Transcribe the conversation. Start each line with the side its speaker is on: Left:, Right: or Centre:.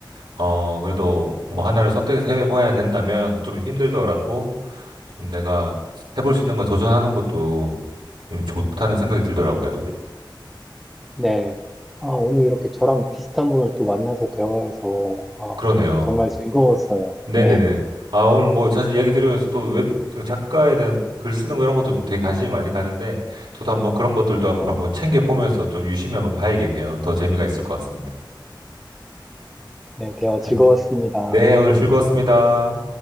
Right: 어 그래도 뭐 하나를 선택해서 해봐야 된다면 좀 힘들더라도 좀 내가 해볼 수 있는 걸 도전하는 것도 좀 좋다는 생각이 들더라고요.
Centre: 네. 아, 오늘 이렇게 저랑 비슷한 분을 또 만나서 대화해서, 아,
Right: 그러네요.
Centre: 정말 즐거웠어요.
Right: 네네네.
Centre: 네,
Right: 아, 오늘 뭐 사실 이야기 들으면서 또 웹 작가에 대한 글 쓰는 거 이런 것도 좀 되게 관심이 많이 가는데 저도 한번 그런 것들도 앞으로 한번 챙겨 보면서 좀 유심히 한번 봐야겠네요. 더 재미가 있을 것 같습니다.
Centre: 네, 대화
Right: 아,
Centre: 즐거웠습니다.
Right: 네, 오늘 즐거웠습니다.